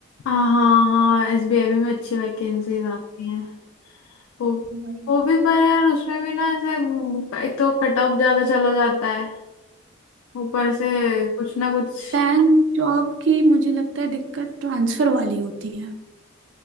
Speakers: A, on the left; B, on the right.
A: हाँ हाँ हाँ एसबीआई में भी अच्छी वैकेंसीज आती हैं वो
B: वही
A: वो भी पर यार उसमें भी ना ऐसे एक तो कट ऑफ ज्यादा चला जाता है ऊपर से कुछ ना कुछ
B: बैंक जॉब की मुझे लगता है दिक्कत ट्रांसफर वाली होती है